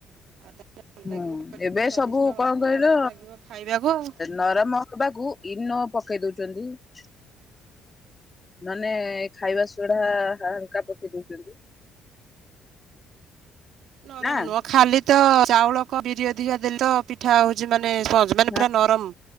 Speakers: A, on the right; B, on the left.
A: ଆଉ ତାହେଲେ ଭଲ
B: ହୁଁ
A: ଲାଗିବ ପାଟିକି
B: ଏବେ
A: ସ୍ଵାଦିଷ୍ଟ
B: ସବୁ
A: ହବ
B: କଣ କହିଲ
A: ଭଲ ଲାଗିବ ଖାଇବାକୁ ଆଉ।
B: ନରମ ହବାକୁ ଇନୋ ପକେଇ ଦଉଚନ୍ତି। <inaudible> ନନେ ଖାଇବା ସୋଢା ହାଲକା ପକେଇ ଦଉଛନ୍ତି।
A: ନରମ
B: ନା
A: ନୁହଁ ଖାଲି ତ ଚାଉଳ କ ବିରି ଅଧିକା ଦେଲେ ତ ପିଠା ହଉଛି ମାନ ମାନେ ସ୍ପଞ୍ଜ ମାନେ
B: ହଁ
A: ପୁରା ନରମ।